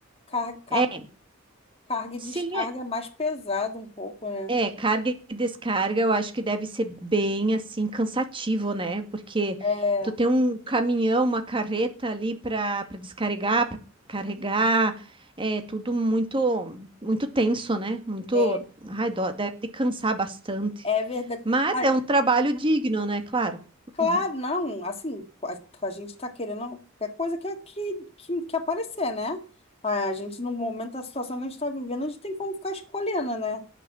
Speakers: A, on the left; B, on the right.
A: Carga,
B: É,
A: Carga e
B: Sim,
A: descarga
B: é,
A: é mais pesado um pouco, né?
B: É, carga e descarga eu acho que deve ser bem assim cansativo, né? Porque
A: É,
B: tu tem um caminhão, uma carreta ali para para descarregar, para carregar, é tudo muito muito tenso, né? Muito,
A: é,
B: ai, dó, deve de cansar bastante.
A: é verdade.
B: Mas
A: Ah,
B: é um trabalho digno, né? Claro.
A: claro,
B: Uhum.
A: não, assim, a, a gente está querendo qualquer coisa que, que, que, que aparecer, né? A gente, no momento da situação que a gente está vivendo, a gente tem como ficar escolhendo, né?